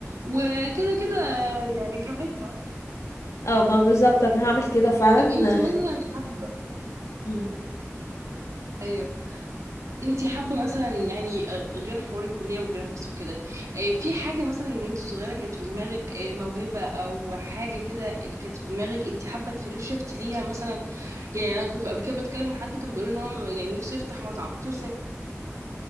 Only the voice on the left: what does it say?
اه ما بالظبط انا هعمل كده فعلا
مم.